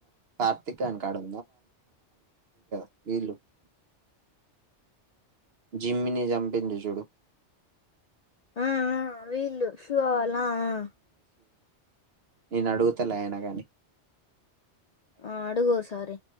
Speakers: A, on the right (about 60°); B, on the left (about 55°).
A: కార్తీకన్ కాడు <unintelligible> జిమ్మిని జంపిందిజుడు
B: అ ఆ వీళ్ళు శువావాల అ ఆ
A: నేన్ అడు తలే అయినా కాగానీ
B: అ అడుగు ఓసారీ